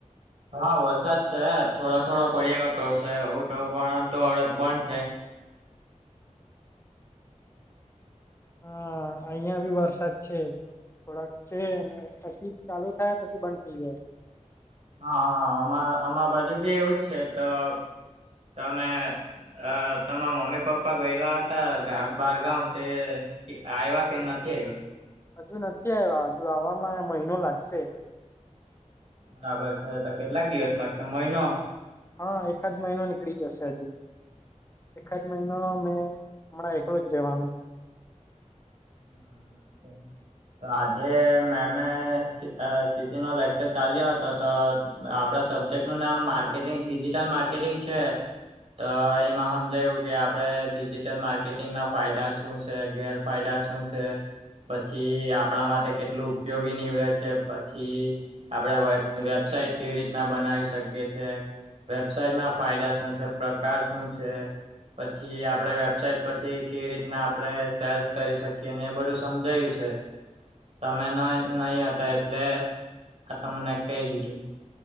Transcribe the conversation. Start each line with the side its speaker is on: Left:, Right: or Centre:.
Right: હ. હા વરસાદ છે થોડા થોડા પડ્યા કળટોશે ઉ તો પણ તો આવડત બંધ છે.
Left: હા અહિયાં ભી વરસાદ છે. થોડાક છે અને પછી ચાલુ થાય પછી બંધ થઈ જાય.
Right: હા અમા અમા બાજુ બી એવું જ છે તો તમે અ તમારા મમ્મી પપ્પા ગયેલા હતા બારગાવ તે આવ્યા કે નથી આવ્યા?
Left: હજુ નથી આવ્યા હજુ આવામાં મહિનો લાગશે.
Right: બરાબર છે તો કેટલાક દિવસ લાગશે મહિનો?
Left: હા એકાદ મહિનો નીકળી જશે હજુ. એકાદ મહિનો મે હમણાં એકલો જ રહેવાનું.
Right: હમ બરાબર છે. તો આજે મેમે અ સીસી નો લેકચર ચાલ્યો હતો તો આપડા સબ્જેક્ટ નું નામ માર્કેટિંગ ડિજિટલ માર્કેટિંગ છે. તો એમાં હમજાયવુ કે આપણે ડિજીિટલ માર્કેટિંગ ના ફાયદા શું છે ગેરફાયદા. શું છે. પછી આપણા માટે કેટલું ઉપયોગી નીવડે છે પછી આપડે વે વેબસાઇટ કેવી રીતના બનાવી શકીએ છે. વેબસાઇટ ના ફાયદા શું છે, પ્રકાર શું છે? પછી આપડે વેબસાઇટ પરથી કેવી રીતના આપડે સેલ્સ કરી શક કેને એ બધું સમજાયું છે. તમે ન નહી હતા એટલે આ તમને કેઈ દીધું.